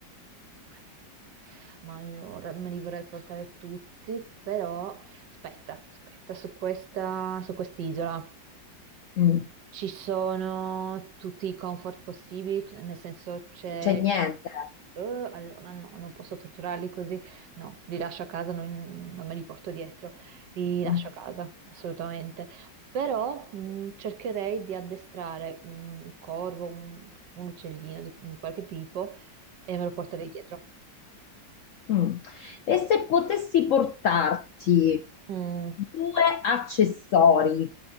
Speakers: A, on the right; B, on the left.
A: Allora, ma allora me li vorrei portare tutti, però aspetta, aspetta, su questa, su quest'isola
B: Mm. Non
A: ci sono tutti i comfort possibili, nel senso c'è...
B: c'è niente.
A: c- eh, allora no, non posso torturarli così, no, li lascio a casa, non, non me li porto dietro, li lascio
B: Mm.
A: a casa, assolutamente. Però mh, cercherei di addestrare un corvo, un, un uccellino di di qualche tipo e me lo porterei dietro.
B: Mm. E se potessi portarti
A: Mm.
B: due accessori